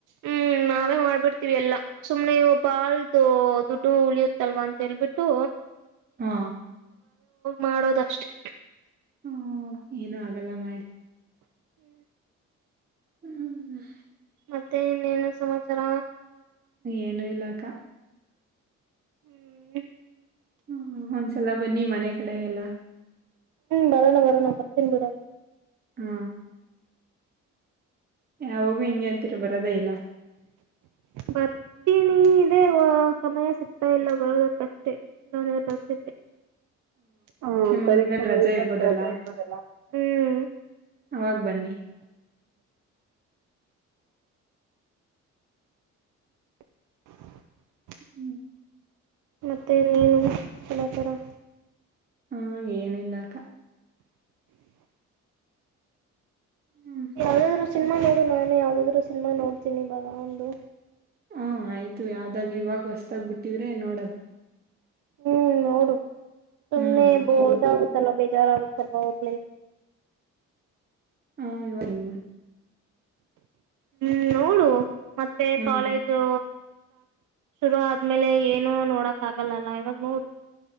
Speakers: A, on the right; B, on the right.
A: ಹ್ಮ್ ನಾವೇ ಮಾಡ್ಬಿಡ್ತಿೀವಿ. ಎಲ್ಲಾ ಸುಮ್ನೆ ಒಬ್ಬಾಳ್ದು ದುಡ್ಡು ಉಳಿಯುತ್ತಲ್ವಾ ಅಂತ ಹೇಳ್ಬಿಟ್ಟು.
B: ಹಾ.
A: ಮಾಡೋದಷ್ಟೇ.
B: ಹಓ ಏನುೂ ಆಗಲ್ಲ ಮಾಡಿ.
A: ಹ್ಮ್.
B: ಹ್ಮ್.
A: ಮತ್ತೆ ಇನ್ನೇನೂ ಸಮಾಚಾರ.
B: ಏನು ಇಲ್ಲ್ ಅಕ್ಕ.
A: ಹ್ಮ್.
B: ಹ ಒಂದ್ಸಲ ಬನ್ನಿ ಮನೆ ಕಡೆ ಎಲ್ಲ.
A: ಹ್ಮ್ ಬರೋಣ ಬರೋಣ ಬರ್ತೀನ್ ಬಿಡ.
B: ಹಾ. ಯ ಯಾವಾಗು ಹಿಂಗೆ ಅಂತೀರಾ ಬರೋದೇ ಇಲ್ಲ.
A: ಬರ್ತೀನಿ ಇದೆ ಸಮಯ ಸಿಗ್ತಾ ಇಲ್ಲ ಬರೋದಕ್ಕಷ್ಟೇ. ನ ಬರ್ತಿದ್ದೆ ಹ್ಮ
B: ಮುಗಿದ್ಮೇಲೆ
A: ಪರೀಕ್ಷೆ ಮುಗುದ್ಮೇಲೆ
B: ರಜೆ ಇರ್ಬೋದಲ್ಲ
A: ರಜೆ ಇರ್ಬೋದಲ್ಲ. ಹ್ಮ,
B: ಅವಾಗ ಬನ್ನಿ
A: <inaudible>
B: ಹ್ಮ್.
A: ಮತ್ತೆ ಇನ್ನೇನು ಸಮಾಚಾರ.
B: ಹಾ ಏನಿಲ್ಲ ಅಕ್ಕ. ಹ್ಮ್
A: ಯಾವ್ದಾದ್ರು ಸಿನಿಮಾ ನೋಡು. ನಾನು ಯಾವ್ದಾದ್ರು ಸಿನ್ಮಾ ನೋಡ್ತೀನಿ. ಬಾಗ ಒಂದು.
B: ಹ ಆಯ್ತು ಯಾವ್ದಾದ್ರರು ಇವಾಗ ಹೊಸತಾಗ್ಬ ಬಿಟ್ಟಿದ್ರೆ ನೋಡನಾ.
A: ಹ್ಮ್ ನೋಡು. ಸುಮ್ನೆ
B: ಹ್ಮ್ ನೋಡ್ತೀನಿ
A: ಇದು ಬೌ ಆಗುತ್ತಲ ಬೇಜಾರ್ ಆಗುತ್ತಲ. ಸಲ್ವ ಹಬಲ
B: ಹಾ ಇವ ಮೂಡಿ
A: ಹ್ಮ್ ನೋಡು. ಮತ್ತೆ
B: ಹ್ಮ್
A: ಕಾಲೇಜು ಶುರು ಆದ್ಮೇಲೆ ಏನು ನೋಡಕ್ ಆಗಲ್ಲಲ್ಲ. ಇವಾಗ ನೋಡು